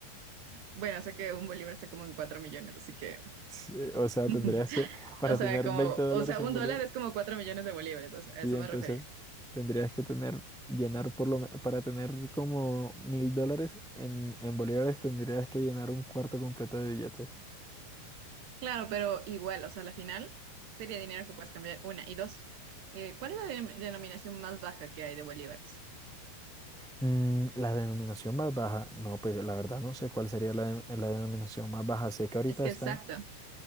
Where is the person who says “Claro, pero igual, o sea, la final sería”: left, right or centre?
Right